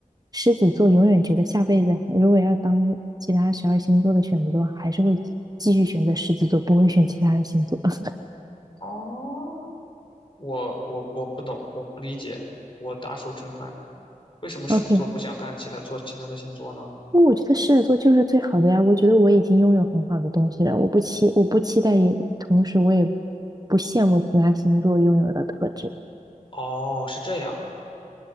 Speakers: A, on the right; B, on the left.
A: 狮子座永远觉得下辈子如果要当其他十二星座的选择的话，还是会继续选择狮子座，不会选其他的星座。<laughs>
B: 哦，我我我不懂，我不理解，我大受震撼。为什么狮子座不想干其他做其他的星座呢？
A: OK，因为我觉得狮子座就是最好的呀，我觉得我已经拥有很好的东西了，我不期我不期待也，同时我也不羡慕其他星座拥有的特质。
B: 哦，是这样。